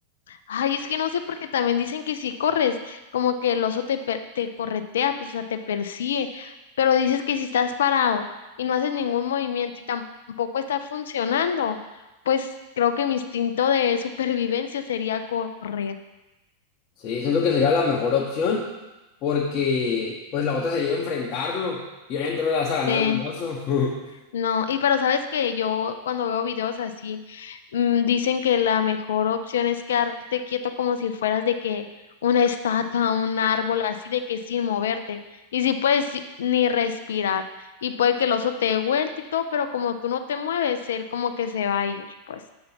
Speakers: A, on the left; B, on the left.
A: Ay, es que no sé porque también dicen que si corres, como que el oso te, per- te corretea, pues, o sea, te persigue, pero dices que si estás parado y no haces ningún movimiento y tam- tampoco está funcionando, pues creo que mi instinto de supervivencia sería correr.
B: Sí, siento que sería la mejor opción porque pues la otra sería enfrentarlo y obviamente no le vas a
A: Sí.
B: ganar un oso. <laughs>
A: No, y pero sabes que yo cuando veo videos así, mm, dicen que la mejor opción es quedarte quieto como si fueras de que una estatua, un árbol, así de que sin moverte. Y si puedes si- ni respirar. Y puede que el oso te dé vuelta y todo, pero como tú no te mueves, él como que se va a ir, pues.